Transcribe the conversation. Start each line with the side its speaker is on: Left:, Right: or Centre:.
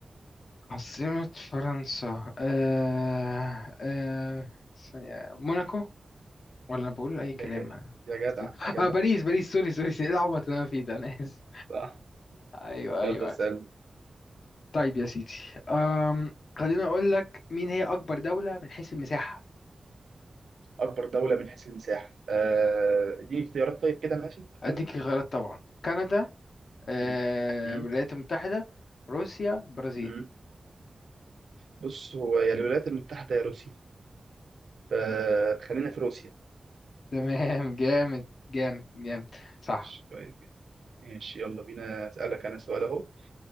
Left: عاصمه فرنسا آه آه ثانية، موناكو ولا بقول اي
Right: يا
Left: كلام
Right: جدع
Left: انا
Right: يا جدع يا
Left: اه
Right: جدع
Left: باريس باريس سوري سوري ايه العبط اللي انا فيه ده انا اسف
Right: صح
Left: ايوه ايوه
Right: يلا اسال
Left: طيب يا سيدي أم... خليني اقول لك مين هي اكبر دوله من حيث المساحه
Right: اكبر دوله من حيث المساحه آه، اديني اختيارات طيب كده ماشي مثلا
Left: اديك خيارات طبعا كندا آه،
Right: مم. مم.
Left: الولايات المتحدة روسيا برازيل
Right: مم. بص هو يا الولايات المتحدة يا روسيا فخلينا في روسيا
Left: تمام <laughs> جامد جامد جامد صح
Right: ماشي كويس جدا. ماشي يلا بينا أسألك أنا سؤال أهو